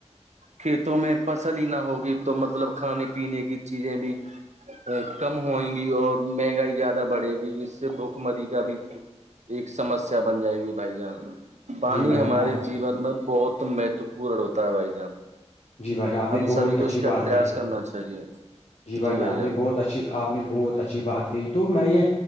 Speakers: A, on the right (about 75°); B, on the left (about 65°).
A: کھیتوں میں فصل ہی نہ ہوگی تو مطلب کھانے پینے کی چیزیں بھی کم ہویں گی اور مہنگائی زیادہ بڑھے گی اس سے بھوک مری کا بھی ایک سمسیا بن جائے گی بھائی جان پانی
B: جی بھائی
A: ہمارے
B: جان
A: جیون میں بہت مہتوپورن ہوتا ہے بھائی جان
B: جی بھائی جان آپ نے
A: ہم
B: بہت
A: سبھی کو
B: اچھی
A: اس کا
B: بات
A: پریاس
B: کہی
A: کرنا چاہیے
B: جی بھائیان
A: بھائی
B: آپ
A: جان
B: نے بہت اچھی آپ نے بہت اچھی بات کہ تو میں یہ